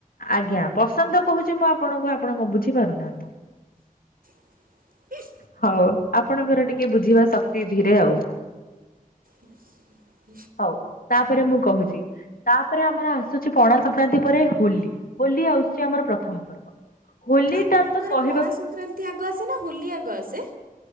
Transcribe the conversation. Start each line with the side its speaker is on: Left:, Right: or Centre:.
Left: ଆଜ୍ଞା ପସନ୍ଦ କହୁଛି ମୁଁ ଆପଣଙ୍କୁ ଆପଣଙ୍କ ବୁଝି ପାରୁନାହାନ୍ତି।
Right: ବ <inaudible>
Left: ହଉ ଆପଣଙ୍କର ଟିକେ ବୁଝିବା ଶକ୍ତି ଧୀରେ, ଆଉ।
Right: <inaudible>
Left: ହଉ ତାପରେ ମୁଁ କହୁଛି। ତାପରେ ଆମର ଆସୁଛି ପଣା ସଂକ୍ରାନ୍ତି ପରେ ହୋଲି, ହୋଲି ଆଉଛି ଆମର ପ୍ରଥମ ପର୍ବ। ହୋଲି
Right: ଆପଣଙ୍କର
Left: ଟା ତ କହିବା
Right: ପଣା ସଂକ୍ରାନ୍ତି ଆଗ ଆସେ ନା ହୋଲି ଆଗ ଆସେ?